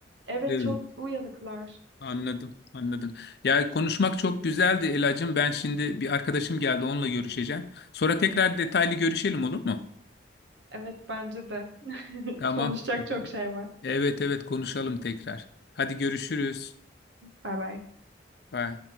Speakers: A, on the right; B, on the left.
A: Evet
B: Evet.
A: çok uyanıklar.
B: Anladım, anladım. Ya konuşmak çok güzeldi Elacığım. Ben şimdi bir arkadaşım geldi, onunla görüşeceğim. Sonra tekrar detaylı görüşelim olur mu?
A: Evet bence de. <laughs>
B: Tamam.
A: Konuşacak çok şey var.
B: Evet evet konuşalım tekrar. Hadi görüşürüz.
A: Bay bay.
B: Bye.